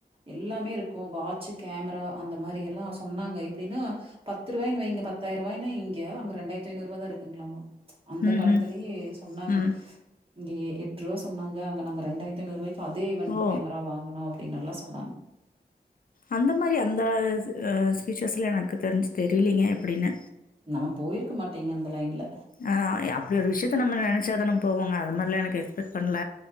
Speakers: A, on the right (about 35°); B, on the left (about 55°).
A: எல்லாமே இருக்கு வாச்சு கேமரா அந்த மாரி எல்லா சொன்னாங்க எப்டினா பத் துருவாய்னு வைங்க பத்தாயிரவாய்னா இங்க அங்க ரெண்டாயித்ஐநூவாதா இருக்குங்ளாமா அந்த
B: ம்ஹ்ம்.
A: காலத்துலயே சொன்னாங்க
B: ம்.
A: இங்க எட்ருவா சொன்னாங்க அங்க நாங்க ரெண்டாயர்த்து ஐநூறுவாய்க் அதே வன்
B: ஓ!
A: கேம்ரா வாங்கணு அப்டின்னல்லா சொன்னாங்
B: அந்த மாரி அந்த அ ஸ்பீச்சர்ஸ்லா எனக்கு தெரிஞ்சு தெரிலீங்க எப்டின்னு
A: நம்ம போயிருக்க மாட்டிங்க அந்த லைன்ல
B: அ அப்டி ஒரு விஷ்யத்த நம்ம நெனச்சாதன போவோங்க அது மாரிலா எனக்கு எஸ்பெட் பண்ல